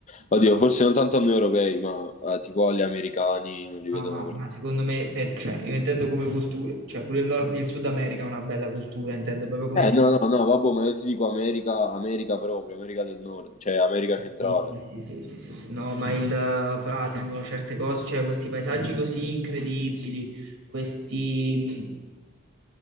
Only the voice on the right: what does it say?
Ma,
ah,
ma-
ma secondo me, per- cioè, io intendo come cultura, cioè pure il Nord e il Sud America è una bella cultura, intendo proprio come
si...
Sì, sì, sì, sì, sì, sì, sì. No, ma il eh, fra tengono certe cose, cioè questi paesaggi così incredibili, questi...